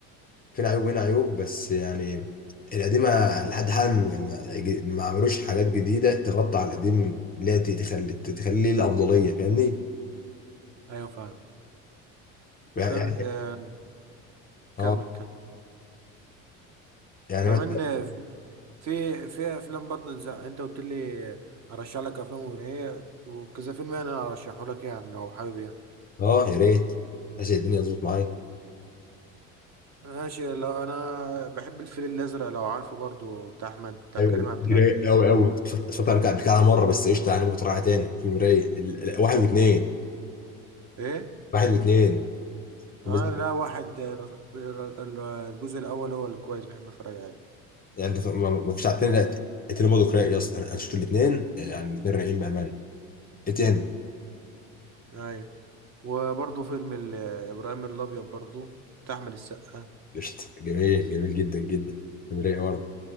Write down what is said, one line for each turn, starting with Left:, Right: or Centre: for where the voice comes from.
Left: فين عيوب هنا عيوب بس يعني القديمة لحد حالا م- يعني ما ما عملوش حاجات جديدة تغطي على القديم اللي هي تخلي تخليه الأفضلية فاهمني؟
Right: ايوه فاهم
Left: يعني
Right: وكم...
Left: يعني
Right: آه...
Left: اه
Right: كمل كمل
Left: يعني
Right: كمان
Left: مثلا
Right: في في افلام برضه زي انت قلت لي ارشح لك افلام وايه وكذا فيلم يعني انا ارشحه لك يعني لو حابب يعني
Left: اه يا ريت عشان الدنيا تظبط معايا
Right: ماشي لو انا بحب الفيل الازرق لو عارفه برضه بتاع احمد بتاع
Left: ايوه
Right: كريم
Left: دي
Right: عبد
Left: دي
Right: العزيز
Left: رايق قوي قوي صوت انا قبل كده مره بس قشطه يعني ممكن تراجع تاني فيلم رايق ال- ال- واحد واثنين
Right: ايه
Left: واحد واثنين المز-
Right: اه لا واحد آه، بير- ال- الجزء الاول هو اللي كويس بحب اتفرج عليه
Left: يعني انت ما ما فيش على التاني لا الت- التاني برضه رايق يا اسطى انا أنا شفت الاثنين يعني الاثنين رايقين بامان ايه تاني
Right: ايوه وبرضه فيلم ال- ابراهيم الابيض برضه بتاع احمد السقا
Left: قشطه جميل جميل جدا جدا فيلم رايق برضه